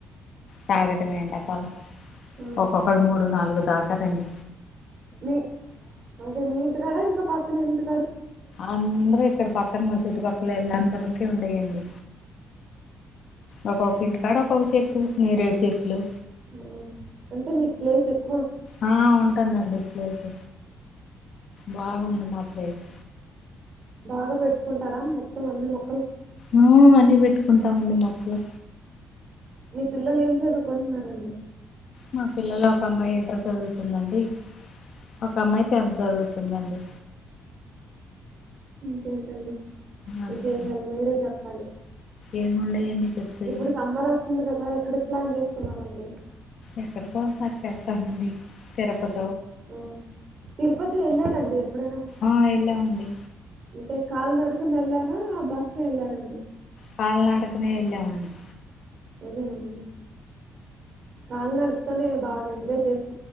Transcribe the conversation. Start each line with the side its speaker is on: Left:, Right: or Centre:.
Left: తాగటం ఎండకాలం
Right: ఆ,
Left: ఒకొక్కరు మూడు నాలుగు తాగుతారండి
Right: మీ అదే మీ ఇంటికాడ ఇంకా పక్కన ఎందు
Left: అందరు ఇక్కడ పక్కన మా చుట్టుపక్కల ఇళ్ళందరిక ఉండయండి ఒకొక్క ఇంటికాడ ఒక్కోచెట్టు నేరేడు చెట్లు
Right: ఉమ్ అంటే మీకు ప్లేస్ ఎక్కు
Left: ఆ ఉంటుందండి ప్లేస్ బాగుంది మా ప్లేస్
Right: బాగా పెట్టుకుంటారా మొత్తం అన్ని మొ
Left: ఉమ్ అన్నీ పెట్టుకుంటాం అండి మొక్కలు
Right: మీ పిల్లలు ఏం చదువుకుంటున్నారండి
Left: మా పిల్లలు ఒక అమ్మాయి ఇంటర్ చదువుతుందండి ఒక అమ్మాయి టెన్త్ చదువుతుందండి
Right: ఇంకేంటండి
Left: అంతే
Right: విశేషాలు మీరే చెప్పాలి
Left: ఏముండయండి చెప్పి
Right: ఇప్పుడు సమ్మర్ వస్తుంది కదా ఎక్కడికి ప్లాన్ చేస్తున్నారండి
Left: ఎక్కడికోసాటికి వెళ్తాం అండి తిరుపతి
Right: ఆ తిరుపతి వెళ్ళారా అండి ఎప్పుడైనా
Left: ఆ వెళ్ళామండి
Right: అంటే కాలీనడకని వెళ్లారా బస్లో వెళ్ళారా అండి
Left: కాలీ నడకనే వెళ్ళాం అండి
Right: అదేనండి కాలీ నడకతోనే బాగా ఎంజాయ్ చేస్త